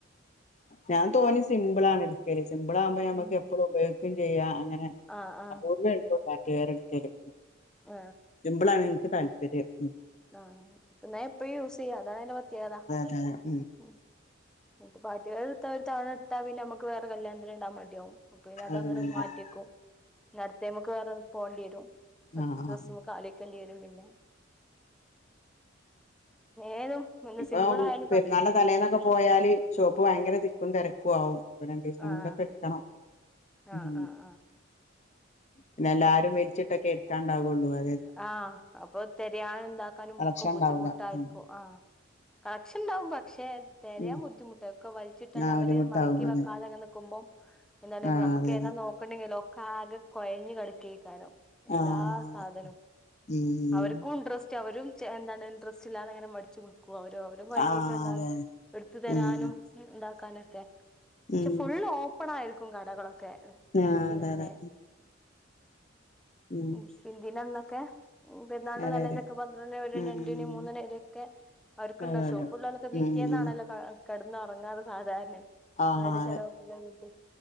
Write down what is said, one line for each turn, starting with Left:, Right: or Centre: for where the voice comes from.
Left: ഞാൻ തോനിം സിംമ്പിളാണ് ട് ക്കല് സിമ്പിളാകുമ്പോ ഞമ്മക്ക്
Centre: ഉം
Left: എപ്പളും ഉപയോഗിക്കും ചെയ്യാ അങ്ങനെ
Centre: ആഹ് ആഹ്
Left: അപൂർവ്വെ ള്ളു ക കേറിട്ക്കല്
Centre: ആ
Left: സിമ്പിളാണ് ഇൻക്ക് താല്പര്യം ഉം
Centre: ആഹ് ന്നാ എപ്പഴും യൂസെയ്യാ അതാണയ്ന്റെ പ്രേത്യേകത
Left: ആ
Centre: ഉം ന്ന്ട്ട് പാട്ടി വെയർ ഇട്ത്ത ഒരു തവണ ഇട്ടാ പിന്നെ നമ്മക്ക് വേറെ കല്യാണത്തിന് ഇടാൻ മടിയാവും അപ്പൊ പിന്നെ അതങ്ങനെ
Left: അതെ
Centre: മാറ്റിയെക്കും പിന്നെ അട്ത്തേയ്മ്മക്ക് വേറെ പോണ്ടിയെരും അട്ത്ത
Left: ആഹ് ആഹ്
Centre: ഡ്രസ്സ്‌മ്മക്കാല് ക്കെണ്ടിരും പിന്നെ ഏതും ഒന്ന്
Left: ഇപ്പൊ
Centre: സിമ്പിളായാലും
Left: പെരുന്നാളിന്റെ
Centre: പ
Left: തലേന്നൊക്കെ പോയാല് ഷോപ്പ് ഭയങ്കര തിക്കും തെര ക്കുവാവും പ്പൊ രണ്ടിസം
Centre: ആഹ്
Left: കൊണ്ടൊക്കെ ഇട്ക്കണം
Centre: ആഹ്
Left: ഉം
Centre: ആഹ് ആഹ്
Left: പിന്നെല്ലാരും വെൽച്ചിട്ടൊക്കെ ഇട്ക്കാണ്ടാവൊള്ളു ർ
Centre: ആ അപ്പൊ തെരയാനും താക്കാനും
Left: കളക്ഷൻ
Centre: ഒക്കെ ബുദ്ധിമുട്ടായിരിക്കും
Left: ഉണ്ടാവൂല ഉം
Centre: ആ കാക്ഷ്ണ്ടാവും പക്ഷേ തെരയാൻ
Left: ഉം
Centre: ബുദ്ധിമുട്ട ഒക്കെ വലിച്ചിട്ടാണ്ട്
Left: ആഹ്
Centre: അവര്
Left: ബുദ്ധിമുട്ടാവും
Centre: മടക്കി
Left: അതെ
Centre: വെക്കാതെങ്ങ നിക്കുമ്പം എന്താലും
Left: ആഹ്
Centre: നമ്മക്കേതാ
Left: അതെ അതെ
Centre: നോക്കണ്ടെങ്കില ഒക്കാകെ കൊയഞ് കെടക്കേക്കാരം എല്ലാ
Left: ആഹ്
Centre: ധനും
Left: ഉം
Centre: അവർക്കും ഇൻട്രസ്റ്റ് അവരും എന്താണ് ഇൻട്രസ്റ്റ്ല്ലാതെങ്ങനെ മടിച്ച് കൊ അവര അവരും മയങ്ങീട്ടുണ്ടാകും
Left: ആഹ് അതെ അതെ
Centre: എടുത്തു തരാനും
Left: ഉം
Centre: ണ്ടാക്കാനൊക്കെ
Left: ഉം
Centre: പക്ഷെ ഫുള്ള് ഓപ്പൺ ആയിരിക്കും കടകളൊക്കെ
Left: ആഹ്
Centre: പിന്നെ
Left: അതെ അതെ ഉം
Centre: ഉ ശി ദിനന്നൊക്കെ പെരുന്നാളുടെ
Left: അതെ
Centre: തലേന്നൊക്കെ
Left: അതെ
Centre: പന്ത്രണ്ട് ഒരുമണി
Left: ഉം
Centre: രണ്ടിണി മൂന്നണി വരൊക്കെ അവർക്കുണ്ടോ
Left: അതെ
Centre: ഷോപ്പ്‌
Left: അതെ
Centre: ഉള്ളാലൊക്കെ പിറ്റേന്നാണല്ലോ
Left: ഉം
Centre: കാ കിടന്ന് ഒറങ്ങാതെ സാധാരണ
Left: ആഹ്
Centre: അവരുടെ
Left: അതെ
Centre: ചിലവൊക്ക കഴിഞ്ഞിട്ട്